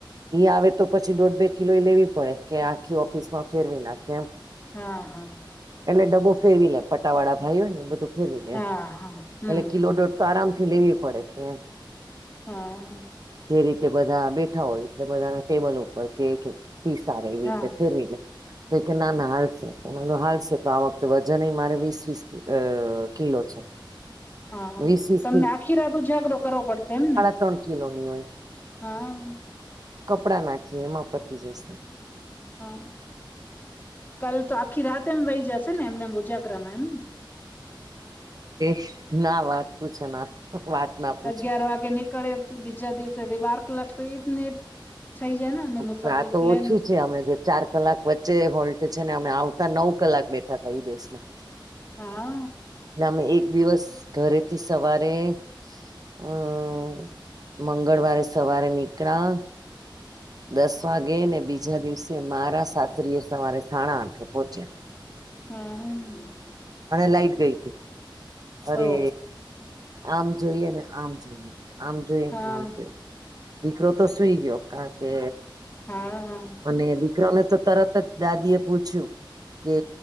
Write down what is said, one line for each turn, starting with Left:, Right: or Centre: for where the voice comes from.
Right: આવે તો પછી દોઢ બે કિલો એ લેવી પડે કે આખી ઓફિસમાં ફેરવી નાખ એમ.
Left: હા હા.
Right: એટલે ડબો ફેરવી લે પટાવાળા ભાઈ હોય ને એ બધું ફેરવી લે,
Left: હા હા હમ
Right: એટલે કિલોટ
Left: હમ
Right: તો આરામથી લેવી પડે કેમ.
Left: હા.
Right: જે રીતે બધા બેઠા હોય એટલે બધાના ટેબલ ઉપર કે ફી સાર
Left: હા
Right: ફરવી દે. તો કે ના ના હાલશે મ હાલશે તો આ વખતે વજન મારે વીસ વીસ કિલો છે.
Left: હા
Right: વીસ વીસ
Left: તમને આખી રા બ જાગડું કરવો પડશે એમ ને.
Right: તણકી લાવની હોય.
Left: હા.
Right: કપડાં નાખીએ એમાં પતી જશે.
Left: હા કાલ તો આખી રાતે એમ વહી જશે ને એમનેમ ઉજાગરામાં એમને.
Right: હ ના વાત પૂછો ના વાત. ના પૂછો
Left: અગિયાર વાગે નીકળે બીજા દિવસે બાર કલાક તો એ જ ને થઈ જાય ને. અને મુસાફરી
Right: તો આ તો
Left: પ્લેન
Right: ઓછું છે અમે તો. ચાર કલાક વચ્ચે હોલ્ટ છે ને અમે આવતા નવ કલાક બેઠા તા એ દેશમાં.
Left: હા.
Right: એટલે અમે એક દિવસ ઘરેથી સવારે. હમ મંગળવારે સવારે નીકળા. દસ વાગે ને બીજા દિવસે મારા સાતરીઓ સવારે સાડા આઠે પોહોંચ્યા.
Left: હમ.
Right: અને લાઈટ ગઈ હતી અરે
Left: ઓ
Right: આમ જોઈએ આમ જોઈએ. આમ જોઈ
Left: હા
Right: ને આમ જોઈ દીકરો તો સુઈ ગયો. કાર કે
Left: હા
Right: અને દી. દીકરોને તો તરત જ દાદી એ પૂછ્યું કે